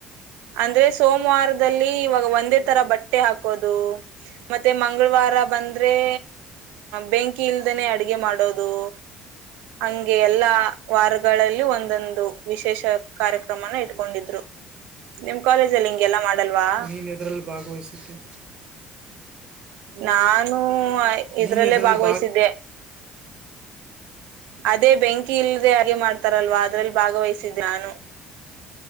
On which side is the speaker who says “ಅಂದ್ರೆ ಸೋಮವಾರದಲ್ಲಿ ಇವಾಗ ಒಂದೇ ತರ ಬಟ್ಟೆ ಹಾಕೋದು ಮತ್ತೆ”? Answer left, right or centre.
Right